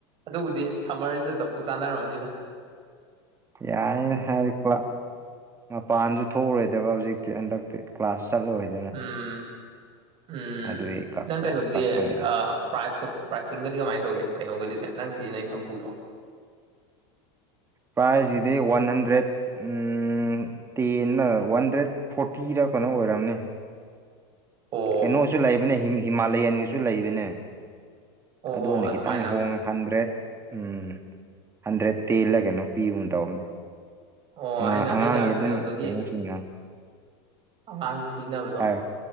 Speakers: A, on the right (about 35°); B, on the right (about 20°).
A: ꯑꯗꯨꯕꯨꯗꯤ ꯁꯝꯃꯔꯖꯤꯗ ꯆꯞꯄꯨ ꯆꯥꯟꯅꯔꯝꯃꯅꯤꯗ
B: ꯌꯥꯏꯅ ꯍꯥꯏꯔꯛꯄ ꯃꯄꯥꯟꯖꯨ ꯊꯣꯛꯎꯔꯣꯏꯗꯕ ꯍꯧꯖꯤꯛꯇꯤ ꯍꯟꯗꯛꯇꯤ ꯀ꯭ꯂꯥꯁꯁꯨ ꯆꯠꯂꯨꯔꯣꯏꯗ
A: ꯎꯝ ꯎꯝ
B: ꯑꯗꯨꯒꯤ ꯀꯛꯄ
A: ꯅꯪ ꯀꯩꯅꯣꯗꯨꯗꯤ
B: ꯀꯛꯄꯅꯤꯗ
A: ꯑ ꯄ꯭ꯔꯥꯏꯁꯀꯨꯝ ꯄ꯭ꯔꯥꯏꯁꯤꯡꯒꯗꯤ ꯀꯃꯥꯏ ꯇꯧꯋꯏ ꯀꯩꯅꯣꯒꯗꯨꯗꯤ ꯅꯪ ꯁꯤꯖꯤꯟꯅꯩ ꯁꯝꯄꯨꯗꯣ
B: ꯄ꯭ꯔꯥꯏꯖꯁꯤꯗꯤ ꯋꯥꯟ ꯍꯟꯗ꯭ꯔꯦꯠ ꯎꯝ ꯇꯦꯟꯅ ꯋꯥꯟꯗ꯭ꯔꯦꯠ ꯐꯣꯔꯇꯤꯔ ꯀꯩꯅꯣꯝ ꯑꯣꯏꯔꯝꯅꯤ꯫
A: ꯑꯣ
B: ꯀꯩꯅꯣꯁꯨ ꯂꯩꯕꯅꯦ ꯍꯤꯃꯥ ꯍꯤꯃꯥꯂꯌꯥꯟꯒꯤꯁꯨ ꯂꯩꯕꯅꯦ
A: ꯑꯣ
B: ꯑꯗꯨꯅ
A: ꯑꯣ ꯑꯗꯨꯃꯥꯏꯅ
B: ꯈꯤꯇꯪ ꯍꯣꯡꯉꯦ꯫ ꯍꯟꯗ꯭ꯔꯦꯠ ꯎꯝ ꯍꯟꯗ꯭ꯔꯦꯠ ꯇꯦꯜꯂ ꯀꯩꯅꯣꯝ ꯄꯤꯒꯨꯝ ꯇꯧꯕꯅꯦ꯫
A: ꯑꯣ
B: ꯑꯉꯥꯡ
A: ꯑꯩꯅ
B: ꯑꯉꯥꯡꯒꯤ
A: ꯑꯩꯅ
B: ꯑꯗꯨꯝ
A: ꯀꯩꯅꯣꯗꯒꯤ
B: ꯀꯩꯅꯣꯁꯤꯡꯅ
A: ꯑꯉꯥꯡꯒꯤ ꯁꯤꯖꯤꯟꯅꯕꯗꯣ
B: ꯍꯥꯏ